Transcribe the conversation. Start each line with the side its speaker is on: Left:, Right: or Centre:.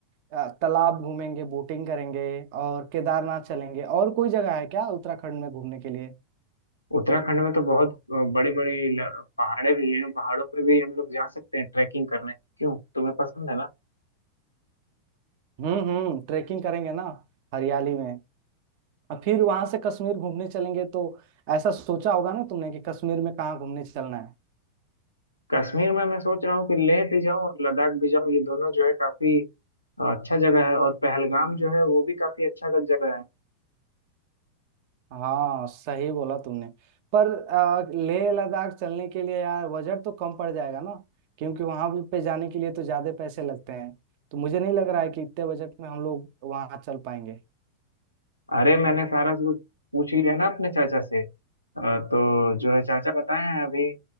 Right: अ, तालाब घूमेंगे बोटिंग करेंगे और केदारनाथ चलेंगे और कोई जगह है क्या उत्तराखंड में घूमने के लिए
Left: उत्तराखंड में तो बहुत बड़ी बड़ी पहाड़े भी हैं पहाड़ों पे भी हम लोग जा सकते हैं ट्रैकिंग करने क्यों तुम्हें पसंद है ना
Right: हम्म हम्म ट्रेकिंग करेंगे ना हरियाली में और फिर वहां से कश्मीर घूमने चलेंगे तो ऐसा सोचा होगा ना तुमने कि कश्मीर में कहाँ घूमने चलना है
Left: कश्मीर में मैं सोच रहा हूँ कि लेह भी जाऊँ और लद्दाख भी जाऊं ये दोनों जो है काफी अ, अच्छा जगह है और पहलगाम जो है वो भी काफी अच्छा जगह है
Right: हाँ सही बोला तुमने पर आ, लेह लद्दाख चलने के लिए यार बजट तो कम पड़ जाएगा ना क्योंकि वहां पे जाने के लिए तो ज्यादा पैसे लगते हैं तो मुझे नहीं लग रहा है कि इतने बजट में हम लोग वहां चल पाएंगे
Left: अरे मैंने सारा कुछ पूछ ही लिया ना अपने चाचा से अ, तो जो है चाचा बताए हैं अभी